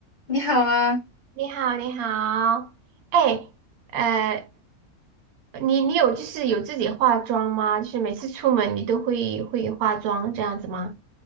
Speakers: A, on the left (about 50°); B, on the right (about 80°).
A: 你好啊，
B: 你好，你好，哎，呃，你你有就是有自己化妆吗？就是每次出门你都会会化妆这样子吗？